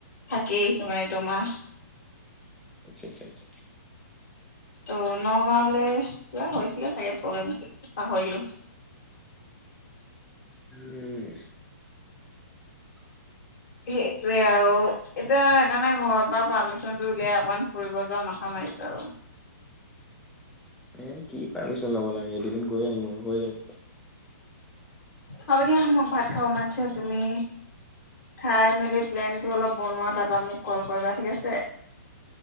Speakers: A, on the left (about 50°); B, in the centre.
A: থাকি আহিছো মানে তোমাৰ
B: আচ্ছা আচ্ছা আচ্ছা।
A: ত নগাঁওলৈ কিবা হৈছিলে চাগে প্ৰগ্ৰেম পাহৰিলো।
B: উম। <unintelligible>
A: সেইটোৱে আৰু এতিয়া সেইকাৰণে ঘৰৰ পৰা পাৰ্মিশনতটো উলিয়াই অকমান ফুৰিব যোৱা মা। কমাৰছোঁ আৰু।
B: এ কি পাৰচ ল ম লে এদিনত গৈ আহিম আৰু হৈ যাম।
A: হ'ব দিয়া মোক ভাত খাব মাছ তুমি। খাই মেলি প্লেনটো অলপ বনোৱা তাৰপা মোক কল কৰিবা ঠিক আছে।